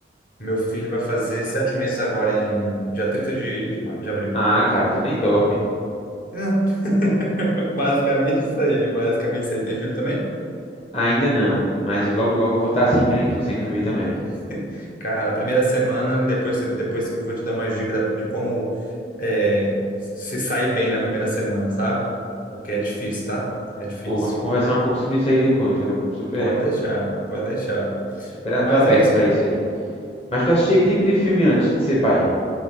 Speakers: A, on the left; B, on the left.
A: Meu filho vai fazer sete meses agora, em dia 30 de, de, ma- de abril.
B: Ah, cara, tu nem dorme.
A: Não. <laughs> Basicamente isso aí, basicamente isso aí. Tem filho também?
B: Ainda não, mas logo logo eu vou estar assim que nem tu, sem dormir também.
A: <laughs> Cara, primeira semana, depois, depois eu vou te dar umas dicas da- de como é, se sair bem na primeira semana, sabe? Porque é difícil, tá? É difícil.
B: Pô, vamos conversar um pouco sobre isso aí depois. Eu super,
A: Pode deixar, pode deixar.
B: super
A: Mas
B: tô aberto
A: é isso.
B: pra
A: tipo,
B: isso aí. Mas tu assistia que tipo de filme antes de ser pai?